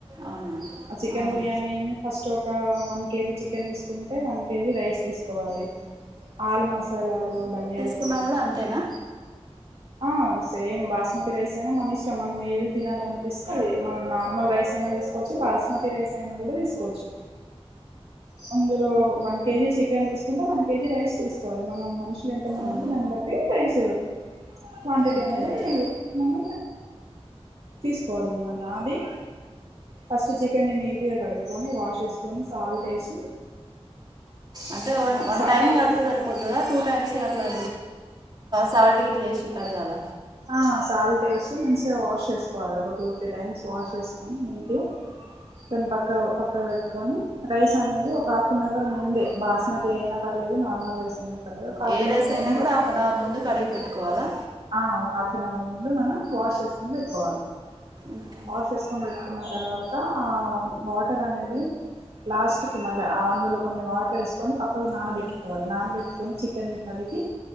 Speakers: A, on the right (about 45°); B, on the right (about 60°).
A: అవునా
B: చికెన్
A: ఆ.
B: బిర్యానీ ఫస్ట్ ఒక వన్ కేజీ చికెన్ తీసుకుంటే వన్ కేజీ రైస్ తీసుకోవాలి ఆల్ మసాలాలు ధనియాలు
A: కున్నా కూడా అంతేనా
B: ఆ సేమ్ బాస్మతి రైస్ అయినా మన ఇష్టం మనం ఏది తినాలనిపిస్తే అది మనం నార్మల్ రైస్ అయినా తీసుకోవచ్చు బాస్మతి రైస్ అయినా కూడా తీసుకోవచ్చు అందులో వన్ కేజీ చికెన్ తీసుకుంటే వన్ కేజీ రైస్ తీసుకోవాలి మనం మనుషులు ఎంత మంది
A: ఆహా.
B: దాన్ని బట్టి రైస్ క్వాంటిటీ
A: ఓకే
B: అనేది
A: ఓకే.
B: మన తీసుకోవాలన్నమాట అది ఫస్ట్ చికెన్ని నీటిగా కడుక్కొని వాష్ వేసుకొని సాల్ట్ వేసి
A: అంటే వన్
B: స
A: టైమ్ కడితే సరిపోతదా టూ టైమ్స్ అట్టలే సాల్ట్ గిట్ల ఎసి కడగాల
B: ఆ సాల్ట్ వేసి మంచిగా వాష్ చేసుకోవాలి ఒక టూ త్రీ టైమ్స్ వాష్ చేసుకొని నీట్గా దాని పక్క పక్క పెట్టుకొని రైస్ అనేది ఒక హాఫ్ అన్ అవర్ ముందే బాస్మతి అయిన పర్ లేదు నార్మల్ రైస్ అయిన పర్లేదు ఒక హాఫ్నహౌర్
A: ఏ రైస్ అయినా
B: ముందు
A: కూడా హాఫ్ అన్ అవర్ ముందు కడిగి పెట్టుకోవాలా
B: ఆ హాఫ్ అన్ అవర్ ముందు మనం వాష్ చేసుకొని పెట్టుకోవాలి
A: ఓకే
B: వాష్ చేసుకొని పెట్టు నా ఆ తర్వాత ఆ వాటర్ అనేది లాస్ట్కి మళ్ళీ అందులో కొన్ని వాటర్ వేసుకొని పక్కకు నానబెట్టుకోవాలి నానబెట్టుకొని చికెన్నిన్ని కడిగి